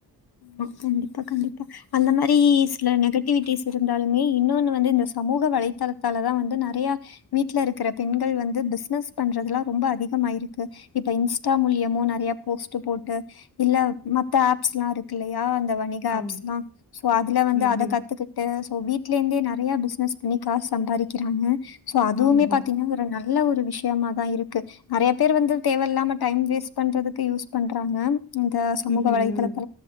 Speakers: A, on the left; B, on the left.
A: ஆ கண்டிப்பா கண்டிப்பா அந்த மாரி சில நெகட்டிவிட்டிஸ் இருந்தாலுமே இன்னொன்னு வந்து இந்த சமூக வலைத்தளத்தாலதா வந்து நெறைய வீட்டுல இருக்கிற பெண்கள் வந்து பிஸ் னஸ் பண்றதுல்லா ரொம்ப அதிக் ஆமா இருக்கு இப்ப இன்ஸ்டா மூலியமோ நெறைய போஸ்ட் போட்டு இல்ல மத்த ஆப் ஸ்லா இருக்குல்லயா தா அந்த வணிக
B: ஆமா
A: ஆப்ஸ்லா சோ அதுல வந்து
B: ம்
A: அத
B: ம்
A: கத்துக்கிட்டு இப்போ வீட்லந்தே நெறைய பிசினஸ் பண்ணி காசு சம்பாதிக்கிறாங்க சோ அதுவுமே
B: ஆமா
A: பாத்தீங்கன்னா ஒரு நல்ல ஒரு விஷய விஷயமா தா இருக்கு நறைய பேர் வந்து தேவையில்லாம டைம் வேஸ்ட் பண்றதுக்கு யூஸ் பண்றாங்க இந்த சமூக
B: ம் ம்
A: வலைத்தலத்
B: ம்